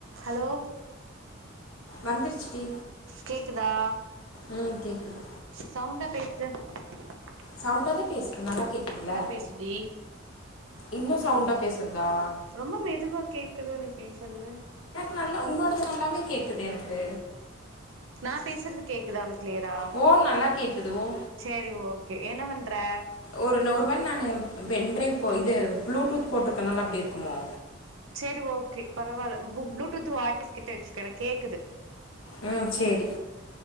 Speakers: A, on the right; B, on the left.
A: hello
B: வந்துருச்சுடி
A: கேக்குதா
B: ம் கேக்குது
A: சவுண்டு கே ச <unintelligible>
B: சவுண்ட தான் பேசறன் நல்லா கேக்குதுல
A: பேசுடி
B: இன்னும் சவுண்டா பேசுறதா
A: ரொம்ப மெதுவா கேக்குது நீ பேச இப்ப
B: நல்ல உன்னோடது நல்லாமே கேக்குது எனக்கு
A: நான் பேசுறது கேக்குதா உனக்கு கிளியரா
B: ஓ நல்லா கேக்குது ஓ
A: சேரி ஓகே எஏன்ன வந் வேற
B: ஒரு ஒரு வேல நானு பென்டிரைவ் போ இது ப்ளூடூத் போட்டிருக்கனால அப்டி இருக்குமோ
A: செரி ஓகே பரவாயில்ல பு ப்ளூடூத் வாயிஸ் கிட்ட வச்சுக்கா எனக்குகேக்குது
B: உஹம் செரி